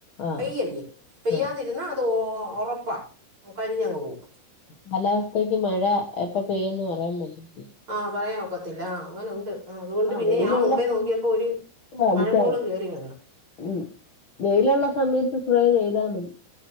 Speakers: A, on the left (about 70°); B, on the right (about 30°).
A: ആഹ്
B: പെയ്യല്ല പെയ്യാതി
A: ആഹ്
B: എന്നാൽ അത് ഉറപ്പാ കരിഞ്ഞങ്ങ് പോക്കും
A: കാലാവസ്ഥക്ക് മഴ എപ്പ പെയ്യന്ന് പറയാൻ പറ്റ
B: ആഹ് പറയാ ഒക്കത്തില്ല അങ്ങനെുണ്ട് അതുകൊണ്ട്
A: ആഹ്
B: പിന്നെ
A: വെയിലുള്ള
B: ഞാൻ മുമ്പേ
A: സമയത്ത്
B: നോക്കിയപ്പോൾ ഒരു
A: അടിച്ചാ
B: മഴക്കോളും
A: മതി
B: കേറി വന്നു
A: ഉം വെയിലുള്ള സമയത്ത് സ്പ്രൈ ചെയ്താൽ മതി